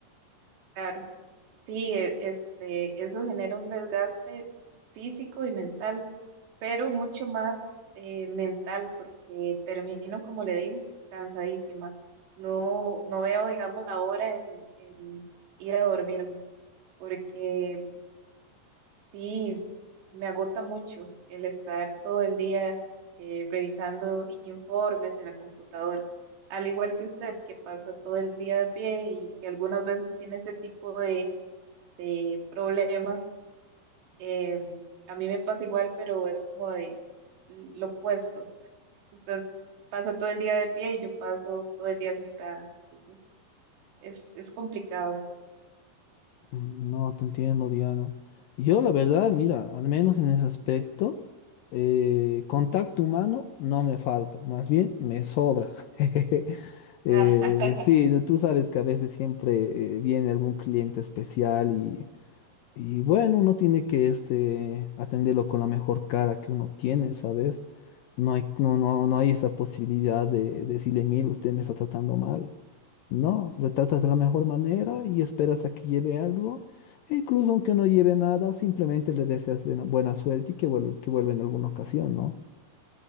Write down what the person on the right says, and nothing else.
Claro, sí, e- este, eso genera un desgaste físico y mental, pero mucho más eh, mental, porque termino, como le digo, cansadísima. No, no veo, digamos, la hora en, en ir a dormirme, porque Sí, me agota mucho el estar todo el día eh, revisando informes en la computadora. Al igual que usted, que pasa todo el día de pie y que algunas veces tiene ese tipo de, de problemas, eh, a mí me pasa igual, pero es como de l- lo opuesto. Usted pasa todo el día de pie y yo paso todo el día sentada. Entonces, es, es complicado.
<laughs>